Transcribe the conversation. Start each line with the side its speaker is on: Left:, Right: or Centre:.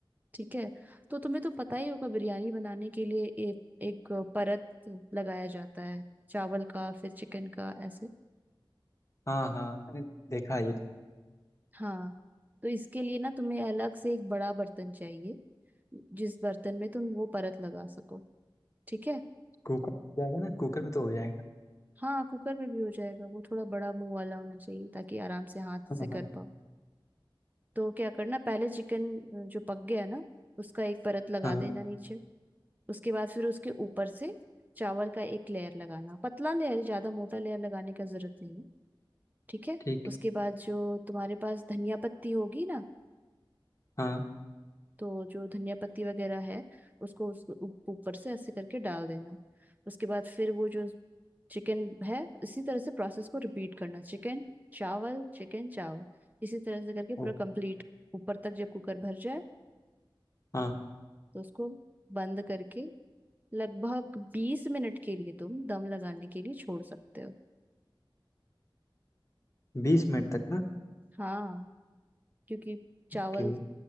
Right: ठीक है तो तुम्हें तो पता ही होगा बिरयानी बनाने के लिए एक एक परत लगाया जाता है चावल का फिर चिकन का ऐसे
Left: हाँ हाँ मैंने देखा है ये तो
Right: हाँ तो इसके लिए ना तुम्हें अलग से एक बड़ा बर्तन चाहिए जिस बर्तन में तुम वो परत लगा सको ठीक है
Left: कुकर हो जाएगा ना कुकर में तो हो जाएगा
Right: हाँ कुकर में भी हो जाएगा वो थोड़ा बड़ा मुंह वाला होना चाहिए ताकि आराम से हाथ
Left: हाँ
Right: से कर
Left: हाँ
Right: पाओ तो क्या करना पहले चिकन जो पक गया ना उसका एक परत लगा
Left: हाँ
Right: देना नीचे उसके बाद फिर उसके ऊपर से चावल का एक लेयर लगाना पतला लेयर ज्यादा मोटा लेयर लगाने का जरूरत नहीं है ठीक है
Left: ठीक
Right: उसके बाद जो तुम्हारे पास धनिया पत्ती होगी ना
Left: हाँ
Right: तो जो धनिया पत्ती वगैरह है उसको उस उ- ऊपर से ऐसे करके डाल देना उसके बाद फिर वो जो चिकन है इसी तरह से प्रोसेस को रिपीट करना चिकन चावल चिकन चावल इसी तरह से करके पूरा
Left: ओ
Right: कंप्लीट ऊपर तक जब कुकर भर जाए
Left: हाँ
Right: तो उसको बंद करके लगभग बीस मिनट के लिए तुम दम लगाने के लिए छोड़ सकते हो
Left: बीस मिनट तक ना
Right: हाँ क्योंकि चावल
Left: के